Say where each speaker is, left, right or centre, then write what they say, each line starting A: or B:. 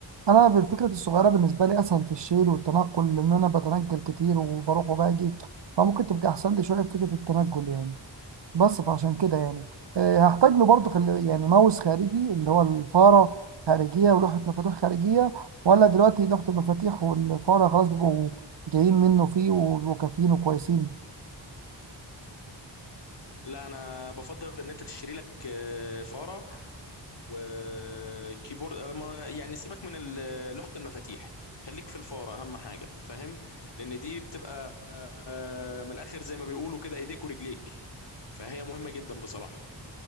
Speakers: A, on the right (about 65°); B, on the left (about 65°).
A: انا بالفكره الصغيره بالنسبه لي اسهل في الشيل والتنقل لان انا بتنقل كتير وبروح وباجي فممكن تبقى احسن لي شويه في فكره التنقل يعني بس فعشان كده يعني آه، هحتاج له برضه خل... يعني ماوس خارجي اللي هو الفاره خارجيه ولوحه مفاتيح خارجيه ولا دلوقتي لوحه المفاتيح والفاره خلاص بيبقوا جايين منه فيه وبيبقوا كافيين وكويسين
B: لا انا بفضل ان انت تشتري لك آه، فارة وكيبورد آه، ما يعني سيبك من ال- لوحة المفاتيح خليك في الفارة أهم حاجة فاهم لأن دي بتبقى آه، من الآخر زي ما بيقولوا كده إيديك ورجليك فهي مهمة جدا بصراحة